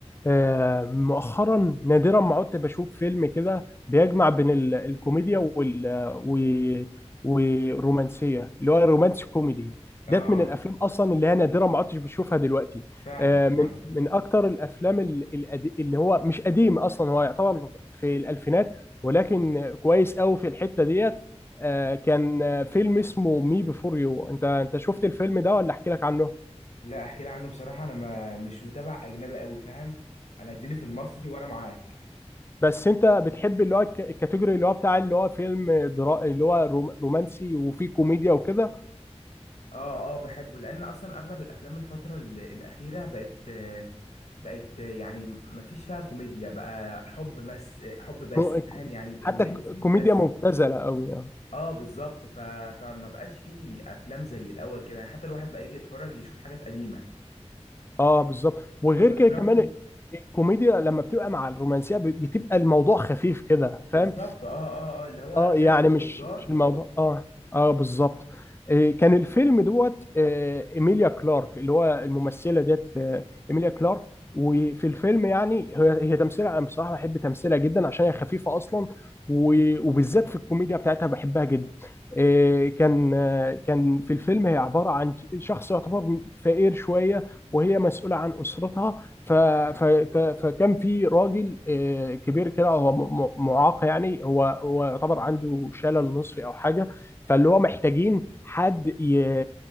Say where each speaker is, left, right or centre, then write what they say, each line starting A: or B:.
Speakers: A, on the left; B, on the left.
A: آه، مؤخرا نادرا ما عدت بشوف فيلم كده بيجمع بين ال- الكوميديا وال و- والرومانسيه اللي هو الرومانسي كوميدي
B: اه
A: ديت من الافلام اصلا اللي هي نادرا ما عدتش بشوفها دلوقتي
B: فعلا
A: آه، من
B: فعلا
A: من اكتر الافلام ال- القدي- اللي هو مش قديم اصلا هو يعتبر في الالفينات ولكن كويس قوي في الحته ديت آه، كان آه، فيلم اسمه مي بيفور يو انت انت شفت الفيلم ده ولا احكي لك عنه؟
B: لا احكي لي عنه بصراحه انا ما مش متابع اجنبي قوي فاهم انا اديني في المصري وانا معاك
A: بس انت بتحب اللي هو الك- الكاتيجوري اللي هو بتاع اللي هو فيلم درا... اللي هو روم- رومانسي وفيه كوميديا وكده
B: اه اه بحبه لان اصلا اغلب الافلام الفتره ال- الاخيره بقت آه، بقت آه، يعني ما فيش فيها كوميديا بقى حب بس حب بس
A: رو- الك-
B: فاهم يعني
A: حتى
B: رومانسي
A: ك- كوميديا
B: بس
A: مبتذله قوي يعني
B: اه بالظبط ف... فما بقاش فيه افلام زي الاول كده يعني حتى الواحد بقى يجي يتفرج يشوف حاجات قديمه
A: اه بالظبط وغير
B: طب اشرح
A: كده كمان
B: لي
A: الكوميديا لما بتبقى مع الرومانسيه ب- بتبقى الموضوع خفيف كده فاهم
B: بالظبط اه اه اه اللي هو
A: اه يعني
B: ضحك
A: مش
B: وهزار
A: مش
B: وحب
A: الموضوع اه اه بالظبط آه، كان الفيلم دوت آه، ايميليا كلارك اللي هو الممثله ديت آه، ايميليا كلارك وفي الفيلم يعني هي هي تمثيلها انا بصراحه بحب تمثيلها جدا عشان هي خفيفه اصلا و- وبالذات في الكوميديا بتاعتها بحبها جدا آه، كان آه، كان في الفيلم هي عباره عن شخص يعتبر فقير شويه وهي مسؤوله عن اسرتها ف... ف...
B: امم
A: ف... فكان في راجل آه، كبير كده هو م- م- معاق يعني هو هو يعتبر عنده شلل نصفي او حاجه فاللي هو محتاجين حد ي...